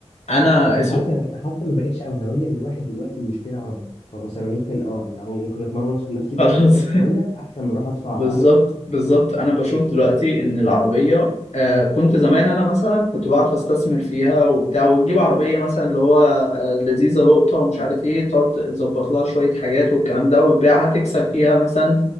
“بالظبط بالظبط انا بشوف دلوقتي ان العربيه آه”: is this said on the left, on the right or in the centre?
Left